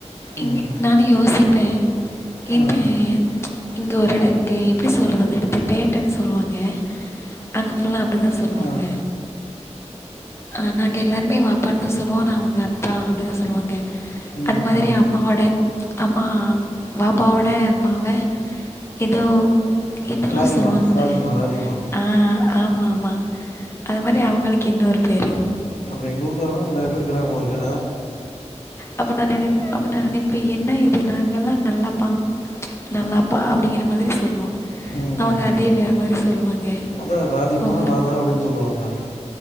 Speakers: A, on the left; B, on the left.
A: இங்க
B: ம்
A: நா யோசிப்பே இப்ப
B: ஆ
A: ஏ இங்கே ஒரு எட இங்கே எப்டி சொல்றது எடுத்து பேட்டேன்னு சொல்லுவாங்க அங்க ஃபுல்லா அப்டிதா சொல்லுவாங்க
B: ஆ
A: அ நாங்க எல்லாருமே வாப்பானு தா சொல்லுவோ நா அவுங்க அத்தா அப்டிதா சொல்லுவாங்க
B: ம்
A: அது மாதிரி
B: ம்
A: அம்மாவோட அம்மா வாப்பாவோட அம்மாவ ஏதோ என்னலோ
B: ராதிமா
A: சொல்வாங்ளே
B: ராதிமா ராதிமா
A: ஆ ஆமாமா அது மாதிரி அவுங்களுக்கு இன்னொரு பேர்
B: அப்ப எங்க ஊருக்காரவங்க அங்க நெறைய பேரு இருக்கிறாங்க போலிருக்கு
A: அப்ப நா நெனைப்ப அப்ப நா நெனைப்பே என்ன இது நாங்கல்லா நல்லா‌ பா நல்லாப்பா அப்டிங்கிற மாதிரி சொல்லுவோ
B: ம்
A: அவங்க
B: ம்
A: அதே வேற மாரி சொல்லுவாங்க
B: அதான் ராதிமா
A: ஒவ்வொரு
B: ராதா அப்படின்னு சொல்லுவாங்க